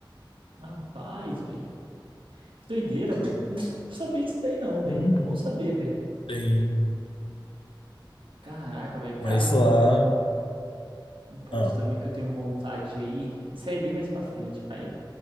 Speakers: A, on the right (about 80°); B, on the left (about 80°).
A: Rapaz, velho. Que doideira, mano. Não s- não sabia disso daí não, velho.
B: Uhum.
A: Bom saber, velho.
B: Tem,
A: Caraca, velho. Cara,
B: mas
A: um,
B: lá,
A: um ponto
B: ah,
A: também que eu tenho vontade aí. Isso aí é bem mais pra frente, vai.